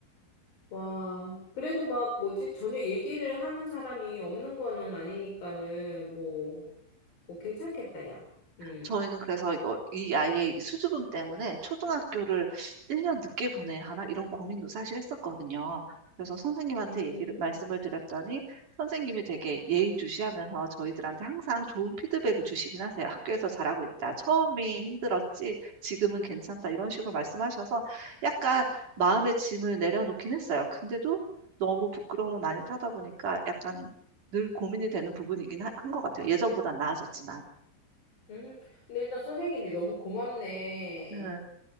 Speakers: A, on the left; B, on the right.
A: 와, 그래도 막 뭐지? 전혀 얘기를 하는 사람이 없는 거는 아니니까는 뭐 오, 괜찮겠다, 야. 음.
B: 저희는 그래서 이거 이 아이의 수주금 때문에 초등학교를 1년 늦게 보내야 하나 이런 고민도 사실 했었거든요. 그래서 선생님한테
A: 음.
B: 얘기를 말씀을 드렸더니 선생님이 되게 예의주시하면서 저희들한테 항상 좋은 피드백을 주시긴 하세요. 학교에서 잘하고 있다. 처음이 힘들었지. 지금은 괜찮다. 이런 식으로 말씀하셔서 약간 마음의 짐을 내려놓긴 했어요. 근데도 너무 부끄러움을 많이 타다 보니까 약간 늘 고민이 되는 부분이긴 하- 한 것 같아요. 예전보다 나아졌지만.
A: 음. 근데 일단 선생님이 너무 고맙네.
B: 네.